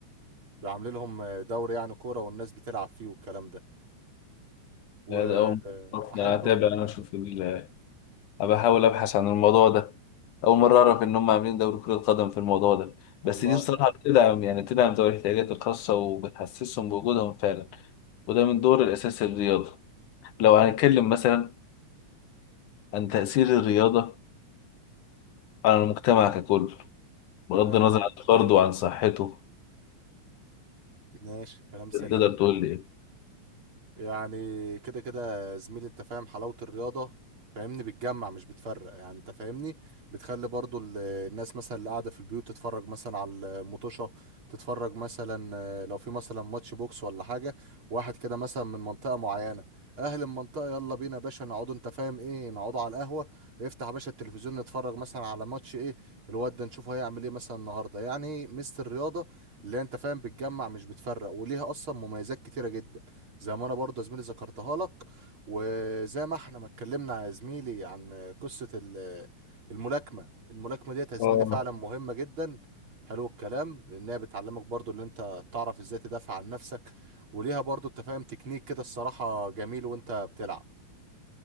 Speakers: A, on the right (about 40°); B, on the left (about 80°).
A: عاملين لهم آه، دوري يعني كورة والناس بتلعب فيه والكلام ده واحب
B: لا، ده أول مرة أعرف. أنا هتابع أنا أشوف ال... بحاول أبحث عن الموضوع ده أول مرة أعرف إن هم عاملين دوري كرة قدم في الموضوع ده
A: والله
B: بس دي بصراحة
A: آه،
B: بتدعم يعني بتدعم ذوي الاحتياجات الخاصة وبتحسسهم بوجودهم فعلا وده من دور الأساسي للرياضة لو هنتكلم مثلا عن تأثير الرياضة على المجتمع ككل
A: تمام
B: بغض النظر عن فرده وعن صحته
A: ماشي كلام سليم
B: تقدر تقول لي إيه؟
A: يعني كده كده يا زميلي انت فاهم حلاوة الرياضة فاهمني بتجمع مش بتفرق يعني انت فاهمني بتخلي برضو ال- الناس مثلا اللي قاعدة في البيوت تتفرج مثلا على المطوشة تتفرج مثلا آه، لو في مثلا ماتش بوكس ولا حاجة واحد كده مثلا من منطقة معينة اهل المنطقة يلا بينا يا باشا نقعدوا انت فاهم ايه نقعدوا على القهوة افتح يا باشا التلفزيون نتفرج مثلا على ماتش ايه الواد ده نشوفه هيعمل ايه مثلا النهاردة يعني ميزة الرياضة اللي هي انت فاهم بتجمع مش بتفرق وليها اصلا مميزات كتيرة جدا زي ما انا برضه يا زميلي ذكرتها لك وزي ما احنا ما اتكلمنا يا زميلي عن قصة ال- الملاكمة الملاكمة ديت يا زميلي
B: اه
A: فعلا مهمة جدا حلو الكلام لانها بتعلمك برضه اللي انت تعرف ازاي تدافع عن نفسك وليها برضه انت فاهم تكنيك كده الصراحة جميل وانت بتلعب